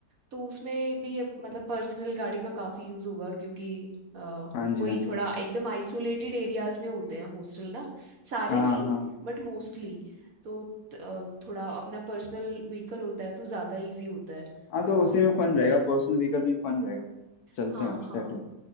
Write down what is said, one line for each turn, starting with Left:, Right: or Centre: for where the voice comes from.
Right: तो उसमें भी ये मतलब पर्सनल गाड़ी का काफी यूज होगा क्योंकि अ,
Left: हाँ जी
Right: वही
Left: हाँ जी
Right: थोड़ा एकदम आइसोलेटेड एरियाज में होते हैं हॉस्टल ना सारे
Left: हाँ
Right: नहीं
Left: हाँ
Right: बट मोस्टली तो त- अ, थोड़ा अपना पर्सनल व्हीकल होता है तो ज्यादा इजी होता है
Left: हाँ तो उसी में फन रहेगा पर्सनल व्हीकल में फन रहेगा चलते
Right: हाँ
Left: हैं फिर
Right: हाँ
Left: सेट है